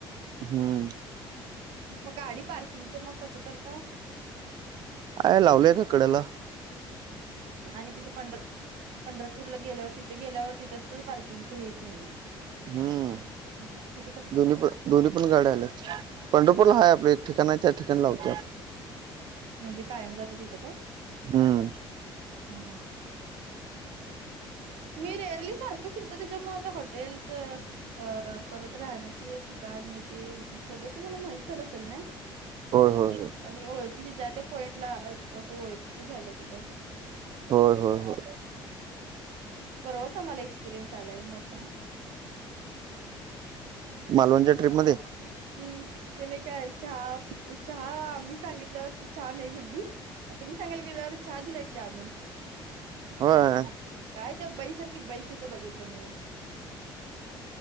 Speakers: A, on the right; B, on the right.
A: हम्म.
B: मग गाडी पार्किंगचं मग कसं करता?
A: आहे लावलंय का कडेला.
B: आणि तिथ पंढर पंढरपूरला गेल्यावर, तिथं गेल्यावर तिथं तर पार्किंगच हेच नाही आहे.
A: हम्म,
B: मग तिथं कसं करता
A: दोन्ही पण दोन्ही पण गाड्या आल्यात, पंढरपूरला हाय आपलं एक ठिकाण आहे, त्या ठिकाणी लावतो आपण.
B: म्हणजे कायम जात तिथं काय?
A: हम्म
B: हा हा.
A: <inaudible>
B: तुम्ही रेअरली सारखं फिरता, त्याच्यामुळे आता हॉटेल्सच अ परत राहण्याचे ठिकाण हे ते सगळं तुम्हाला माहित झालं असेल नाय?
A: होय होय हो.
B: आणि ओळखीचे ज्या त्या पॉईंटला कसं ओळखीचे झाल्यात आता.
A: होय हो हो
B: परवाच आम्हाला एक्सपिरियन्स आलाय मोठा
A: मालवणच्या ट्रीपमध्ये
B: हम्म ते नाही काय चहा चहा आम्ही सांगितल्यावर ती चहा नाही म्हणली तुम्ही सांगाल गेल्यावर चहा दिलाय की आणून
A: होय
B: काय त्या बईसारखी बई कुठं बघितलं नाही